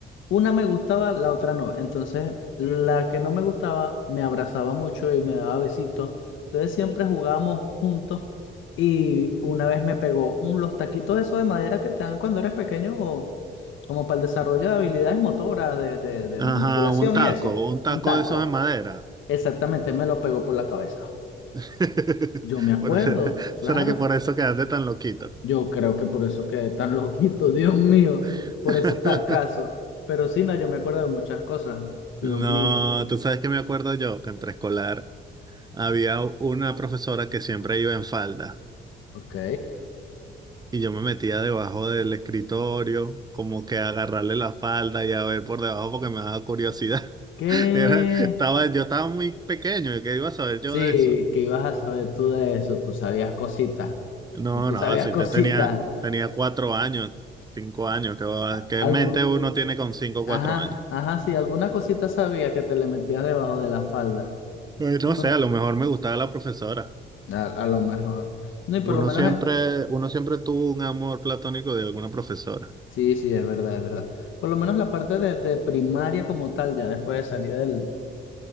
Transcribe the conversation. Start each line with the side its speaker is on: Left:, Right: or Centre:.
Left: una me gustaba, la otra no. Entonces, la que no me gustaba me abrazaba mucho y me daba besitos. Entonces, siempre jugábamos juntos. Y una vez me pegó un, los taquitos esos de madera que te dan cuando eres pequeño, o como para el desarrollo de habilidades motoras, de, de de
Right: Ajá,
Left: manipulación
Right: un taco,
Left: y eso.
Right: un taco
Left: Un taco.
Right: de esos de madera.
Left: Exactamente, me lo pegó por la cabeza.
Right: <laughs>
Left: Yo me acuerdo,
Right: Por eso-
Left: claro,
Right: ¿será que por eso quedaste tan loquito?
Left: yo creo que por eso quedé tan <laughs> loquito, Dios mío,
Right: <laughs>
Left: por eso está acaso. Pero sí, no, yo me acuerdo de muchas cosas, Dios
Right: No,
Left: mío.
Right: tú sabes que me acuerdo yo que en preescolar había una profesora que siempre iba en falda
Left: Ok.
Right: y yo me metía debajo del escritorio como que a agarrarle la falda y a ver por debajo porque me daba curiosidad.
Left: ¿Qué?
Right: <laughs> Era, estaba, yo estaba muy pequeño y qué iba a saber yo
Left: Sí,
Right: de eso.
Left: que ibas a saber tú de eso, tú sabías cositas,
Right: No,
Left: o tú
Right: no,
Left: sabías
Right: así
Left: cositas.
Right: te tenía, tenía cuatro años, cinco años, que, qué va-
Left: A-
Right: qué
Left: Algo,
Right: mente uno tiene con cinco o
Left: ajá,
Right: cuatro años.
Left: ajá, sí, alguna cosita sabía que te le metías debajo de la falda.
Right: Pues,
Left: No,
Right: no sé, a lo mejor me gustaba la profesora.
Left: a, a lo mejor. No, y por
Right: Uno
Left: lo menos
Right: siempre,
Left: en,
Right: uno siempre tuvo un amor platónico de alguna profesora.
Left: Sí, sí, es verdad, es verdad. Por lo menos la parte de, de primaria como tal, ya después de salir del,